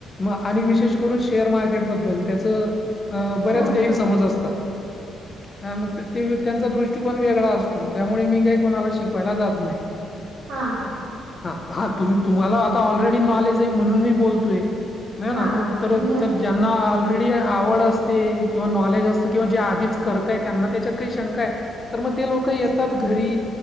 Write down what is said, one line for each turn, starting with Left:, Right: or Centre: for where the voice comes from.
Left: मग आणि विशेष करून शेअर मार्केटबद्दल त्याचं अ बऱ्याच
Right: हा
Left: गैरसमज असतात. हा म ते ते त्यांचा दृष्टिकोन वेगळा असतो, त्यामुळे मी काही कोणाला शिकवायला जात नाही.
Right: हा
Left: हा हा तुम्ही- तुम्हाला आता ऑलरेडी नॉलेज आहे, म्हणून मी बोलतोय. हाय
Right: हा
Left: ना, खुप तर -उतर
Right: बर
Left: ज्यांना ऑलरेडी आवड असते, किंवा नॉलेज असत, किंवा जे आधीच करताय त्यांना त्याच्यात काही शंका आहे. तर मग ते लोक येतात घरी,